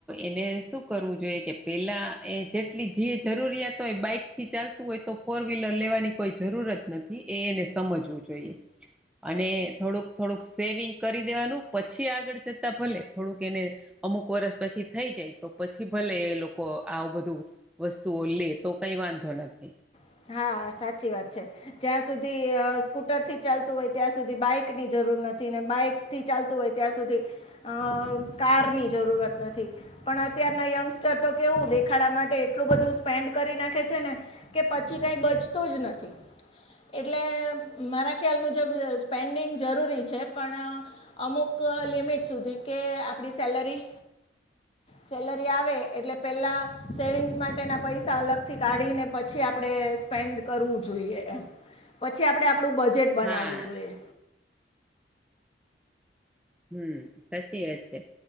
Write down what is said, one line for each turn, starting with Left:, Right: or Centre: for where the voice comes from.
Centre: એને શું કરવું જોઈએ કે પેલા એ જેટલી જે જરૂરિયાત હોય બાઈક થી ચાલતું હોય તો ફોર વ્હીલર લેવાની કોઈ જરૂરત નથી એ એને સમજવું જોઈએ. અને થોડુંક થોડુંક સેવિંગ કરી દેવાનું પછી આગળ જતાં ભલે થોડુંક એને અમુક વરષ પછી થઈ જાય તો પછી ભલે એ લોકો આ બધું વસ્તુઓ લે તો કંઈ વાંધો નથી.
Left: હા, હા સાચી વાત છે. જ્યાં સુધી સ્કૂટરથી ચાલતું હોય ત્યાં સુધી બાઈકની જરૂર નથી ને બાઈક થી ચાલતું હોય ત્યાં સુધી અ અ કારની જરૂરત નથી. પણ અત્યારના યંગસ્ટર તો કેવું દેખાડા માટે એટલું બધું સ્ પેન્ડ કરી નાખે છે ને કે પછી કઈ બચતું જ નથી. એટલે મારા ખ્યાલ મુજબ સ્પેન્ડિંગ જરૂરી છે પણ અમુક લિમિટ સુધી કે આપણી સેલરી સેલરી આવે એટલે પેલા સેવિંગ્સ માટેના પૈસા અલગથી કાઢીને પછી આપણે સ્પેન્ડ કરવું જોઈએ એમ પછી આપડે આપણું બજેટ બનાવવું
Centre: હા
Left: જોઈએ.
Centre: હમ્મ, સાચી વાત છે.